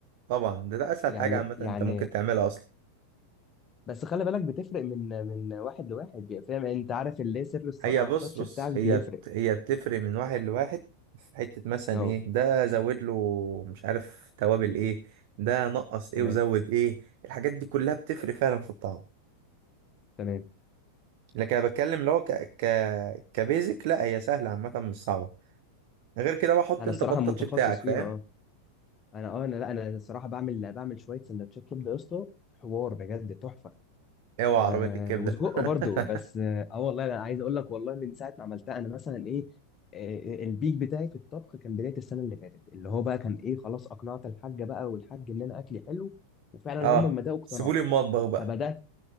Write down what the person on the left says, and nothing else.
يعني
يعني
بس خلي بالك بتفرق من من واحد لواحد يعني فاهم يعني انت عارف اللي هي سر الصنعه
التاتش
بتاعك بيفرق
اه
تمام
تمام
انا
الصراحه
متخصص
فيها اه انا اه انا لا انا الصراحه بعمل بعمل شويه سندوتشات كبده يا اسطى حوار بجد تحفه
آه
وسجق
برضو بس اه آه والله انا عايز اقول لك والله من ساعه ما عملتها انا مثلا ايه آه آه، البيك بتاعي في الطبخ كان بدايه السنه اللي فاتت اللي هو بقى كان ايه خلاص اقنعت الحاجه بقى والحاج ان انا اكلي حلو وفعلا
هم لما بداوا اقتنعوا
فبدات